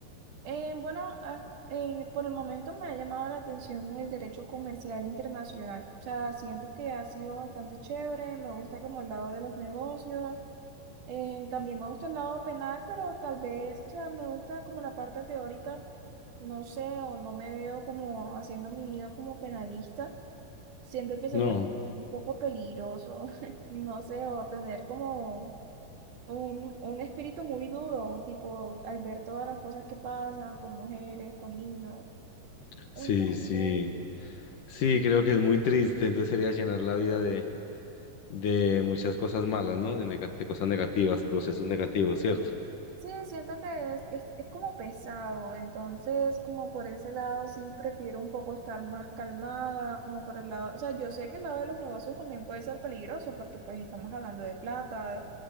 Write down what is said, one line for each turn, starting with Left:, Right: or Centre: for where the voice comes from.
Right: Eh, bueno, has- eh, por el momento me ha llamado la atención el derecho comercial internacional. O sea, siento que ha sido bastante chévere, me gusta como el lado de los negocios, eh, también me gusta el lado penal, pero tal vez, o sea, me gusta como la parte teórica, no sé, o no me veo como haciendo mi vida como penalista. Siento que sería
Left: No,
Right: un poco peligroso, <laughs> no sé, o tener como Un, un espíritu muy duro, tipo al ver todas las cosas que pasan con mujeres, con niños.
Left: sí,
Right: Entonces,
Left: sí, sí, creo que es muy triste, entonces sería llenar la vida de, de muchas cosas malas, ¿no? De, nega- de cosas negativas, procesos negativos, ¿cierto?
Right: sí, siento que es, es, es como pesado. Entonces, como por ese lado, sí, prefiero un poco estar más calmada, como por el lado, o sea, yo sé que el lado de los negocios también puede ser peligroso porque pues estamos hablando de plata,